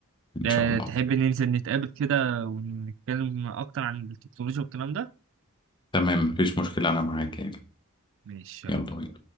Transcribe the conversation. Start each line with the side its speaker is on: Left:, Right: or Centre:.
Left: إن
Right: آه،
Left: شاء الله
Right: تحب ننزل نتقابل كده ونتكلم أكتر عن التكنولوجيا والكلام ده؟
Left: تمام مفيش مشكلة أنا معاك يعني
Right: ماشي
Left: يلا بينا